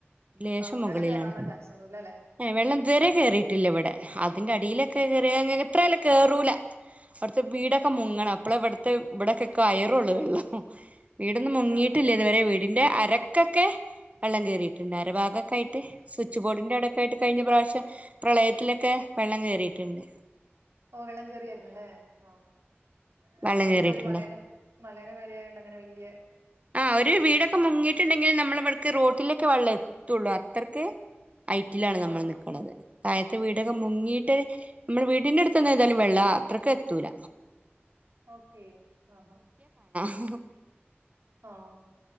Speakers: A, on the right; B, on the right.
A: ലേശം
B: ആ
A: മുകളിലാണ്
B: വെള്ളം കയറാനുള്ള ചാൻസ് ഒന്നുമില്ല അല്ലേ ഉം.
A: വെള്ളം ഇത്‌ വരെ കേറീട്ടില്ല ഇവിടെ അതിന്റെ അടിലെ. കേറേങ്ങെ എത്രആയലുംകേറൂല. അവ്ട്ത്തെ വീടൊക്കെ മുങ്ങണം അപ്പള ഇവിട്ത്തെ ഇവിടടൊക്കെ കയറള്ളൂ വെള്ളം. വീടൊന്നും മുങ്ങിട്ടില്ലത്
B: ആ
A: വരെ വീ ഇന്റെ അരക്കൊക്കെ വെള്ളം കയറിയിട്ടുണ്ട് അരഭാഗൊക്ക ആയിട്ട് സ്വിച്ച് ബോർഡിന്റെ അവിടേക്ക ആയിട്ട് കഴിഞ്ഞ പ്രാ വശ്യം പ്രളയത്തിലൊക്കെ വെള്ളം കേറിട്ടുണ്ട്.
B: ഓ വെള്ളം കേറിയായിരുന്നല്ലേ. ആഹ് നമ്മടെ
A: വെള്ളം
B: പിന്നെ
A: കേറിയിട്ടുണ്ട്
B: ഒരു മലേന്റെ മലേന മേലേയായണ്ട് അങ്ങനെ വല്യ
A: ആഹ് ഒരു വീടൊക്കെ മുങ്ങിട്ട്ണ്ടെങ്കില് നമ്മളെവടക്ക് റോട്ടിലേക്കെ വള്ളെത്തൊള്ളൂ അത്രക്ക് ഹൈറ്റിലാണ് നമ്മൾ
B: ആ
A: നിക്കണന്നത് താഴത്തെ വീടൊക്കെ മുങ്ങിയിട്ട് നമ്മൾ വീടിന്റെ അടു എതായാലും വെള്ളം അത്രയ്ക്ക എത്തൂല.
B: ഓക്കെ ആഹ്ഹ.
A: ഓ
B: ഓഹ്